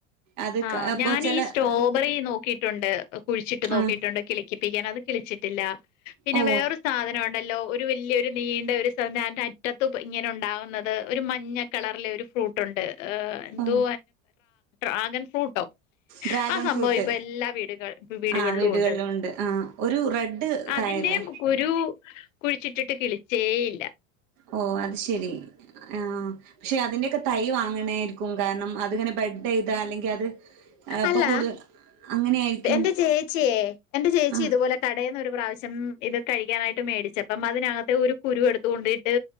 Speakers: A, on the right; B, on the left.
A: അത്
B: ആഹ
A: ക ഇപ്പൊ
B: ഞാൻ
A: ചെല
B: ഈ സ്ട്രോബെറി നോക്കിയിട്ടുണ്ട് കുഴിച്ചിട്ട് നോക്കിയിട്ടുണ്ട്
A: ആഹ്
B: കിളിപ്പിക്കാന അത് കിളിച്ചിട്ടില്ല പിന്നെ
A: ഓ
B: വേറൊരു സാധനം ഉണ്ടല്ലോ ഒരു വലിയ ഒരു നീണ്ട ഒരു സധനം അറ്റത്ത് ഇങ്ങനെ ഉണ്ടാകുന്നത് ഒരു മഞ്ഞ കളറിലെ ഒരു ഫ്രൂട്ട്ണ്ട് എന്തോ
A: ഓ
B: റഗൻ ഫ്രൂട്ടോ
A: ഡ്രാഗൺ
B: ആ സംഭവം
A: ഫ്രൂട്ട്
B: ഇപ്പൊ എല്ലാ വീടുകളിലും
A: ആഹ് വീടുകളിലുണ്ട്
B: ഉണ്ട്
A: ആഹ് ഒരു റെഡ്
B: അതിന്റെയും
A: കായല്ലേ
B: കുരു കുഴിച്ചിട്ടിട്ട് കിളിച്ചേയില്ല
A: ഓ അത് ശെരി ആ പക്ഷെ അതിൻ്റെക്കെ തൈ വാങ്ങണായിരിക്കും കാരണം അത്ങ്ങനെ ബ്രെഡ് ചെയ്താ അല്ലെങ്കിൽ അത് ഇപ്പൊ
B: അല്ല
A: കൂടുതൽ അങ്ങനെയായിരിക്കും
B: എന്റെ ചേച്ചിയേ
A: ആഹ്
B: ഇതുപോലെ കടയിൽന്ന ഒരു പ്രാവശ്യം ഇത് കഴിക്കാനായിട്ട് മേടിച്ച അപ്പം അതിനകത്തെ ഒരു കുരുവ എടുത്തു കൊണ്ടിട്ട്